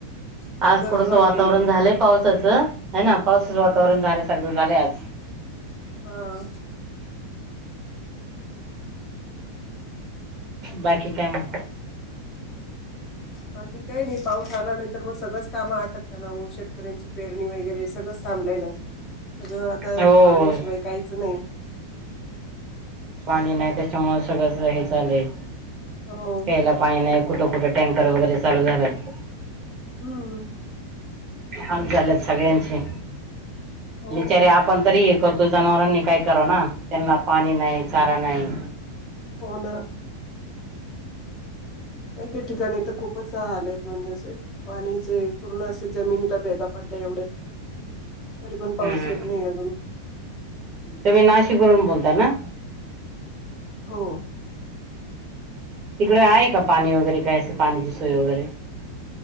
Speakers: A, on the left; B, on the right.
A: खूप
B: आज
A: गरमी
B: थोडसं
A: वाढली
B: वातावरण
A: इकडं.
B: झालंय पावसाचं. हाय ना, पावसाचं वातावरण
A: हं.
B: झाल्यासारखं झालंय आज.
A: हा.
B: बाकी काय म?
A: बाकी काही नाही. पाऊस आला नाहींतर, मग सगळंच काम अटकतं ना, व शेतकऱ्यांची पेरणी वगैरे सगळं थांबलेलं, सगळं आता
B: हो
A: पाण्याशिवाय काहीच नाही
B: पाणी नाही त्याच्यामुळे सगळं सगळं हे झालंय,
A: हो.
B: प्यायला पाणी नाही कुठं कुठं टँकर वगैरे चालू झाल्यात.
A: हम्म.
B: हँग झालेत सगळ्यांचे.
A: हो,
B: बिचारे आपण तरी एक करतो जनावरांनी काय करावं ना. त्यांना पाणी नाही, चारा नाही.
A: हो ना. काही काही ठिकाणी तर खूपच आलेत, म्हणजेे असे पाणीचे पूर्ण असे जमिनीला भेगा पडल्या, एवढे तरी पण पाऊस
B: हम्म.
A: येत नाही अजून
B: तुम्ही नाशिक वरून बोलताय ना?
A: हो.
B: तिकडे आहे का पाणी वगैरे काय असं, पाण्याची सोय वगैरे?